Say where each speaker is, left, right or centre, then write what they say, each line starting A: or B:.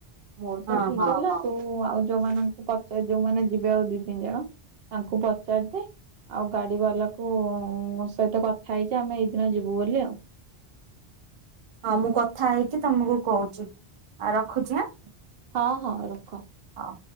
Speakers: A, on the right (about 70°); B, on the right (about 45°).
A: ମୋର
B: ହଁ
A: ତ ଠିକ୍
B: ହଁ
A: ହେଲା। ତୁ ଆଉ ଯୋଉମାନଙ୍କୁ ପଚାର ଯୋଉମାନେ ଯିବେ ଆଉ ଦିଇ ତିନି ଜଣ ତାଙ୍କୁ ପଚାରିଦେ ଆଉ ଗାଡି ବାଲାକୁ ସହିତ କଥା ହେଇଯା ଆମେ ଏଇଦିନ ଯିବୁ ବୋଲି ଆଉ।
B: ହଉ ମୁଁ କଥା ହେଇକି ତମକୁ କହୁଛି ଆଉ ରଖୁଛି ଆଁ।
A: ହଁ ହଁ ରଖ।
B: ହଁ।